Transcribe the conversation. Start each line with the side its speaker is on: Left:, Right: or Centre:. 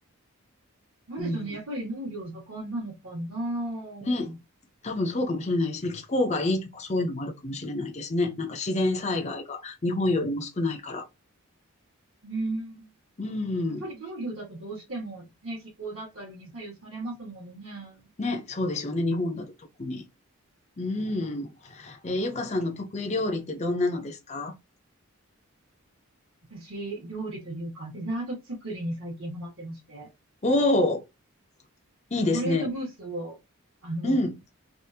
Right: なんでしょうね。
Left: うん。
Right: やっぱり農業盛んなのかな。
Left: ね、多分そうかもしれないですね。気候がいいとかそういうのもあるかもしれないですね。なんか自然災害が日本よりも少ないから。
Right: うん。
Left: うん。
Right: やっぱり農業だとどうしてもね、気候だったりに左右されますものね。
Left: ね、そうですよね。日本だと特に。うん。えーゆかさんの得意料理ってどんなのですか
Right: 私、料理というか、デザート作りに最近ハマってまして、
Left: おおー、いいですね。
Right: チョコレートムースを、あの、
Left: うん。